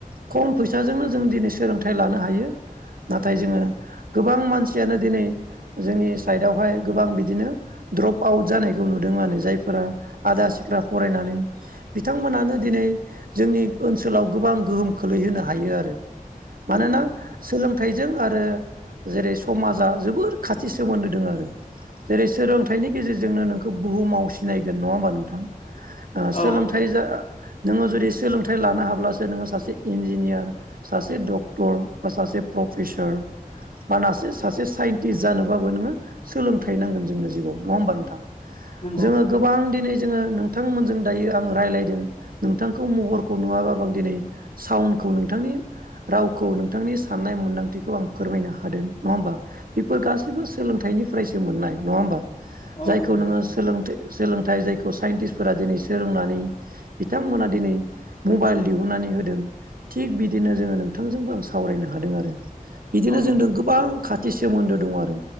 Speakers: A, on the right; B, on the left.
A: खम फैसाजोंनो जों दिनै सोलोंथाइ लानो हायो। नाथाय जोङो गोबां मानसियानो दिनै जोंनि साइडआवहाय गोबां बिदिनो द्रप आउट जानायखौ नुदों आरो जायफोरा आदा सिद्रा फरायनानै बिथांमोनानो दिनै जोंनि ओनसोलाव गोबां गोहोम खोलै होनोनो हायो आरो
B: नंगौ
A: मानोना सोलोंथाइ जों आरो जेरै समाजा जोबोर खाथि सोमोन्दो दं आरो। जेरै सोलोंथाइनि गेजेरजोंनो नोंखौ बुहुममाव सिनायगोन नङा होमबा नोंथां। ओ सोलोंथाइ
B: औ
A: जा नोङो जुदि सोलोंथाइ लानो हाब्लासो नोङो सासे इन्जिनियार। सासे डक्टर बा सासे प्रफेसार। बानासो सासे साइन्टिस्ट जानोबाबो नोङो सोलोंथाइ नांगोन जोंनो जिउआव नङा होमबा नोंथां
B: नंगौ
A: जोङो गोबां दिनै जोङो नोंथांमोनजों दायो आं रायज्लायदों नोंथांखौ महरखौ नुवाबाब आं दिनै साउन खौ नोंथांनि रावखौ नोंथांनि साननाय मोनदांथिखौ आं फोरमायनो हादों नङा होमबा बेफोर गासैबो सोलोंथाइनिफ्रायसो मोननाय नङा होमबा
B: औ
A: जायखौ
B: नंगौ
A: नोङो सोलोंथाइ सोलोंथाइ जायखौ साइन्टिस्फोरा दिनै सोलोंनानै बिथांमोना दिनै मबाइल दिहुननानै होदों थिग बिदि बिदिनो जोङो नोंथांजोंबो आं सावरायनो हादों आरो बिदिनो
B: औ
A: जों गोबां खाथि सोमोन्दो दङ आरो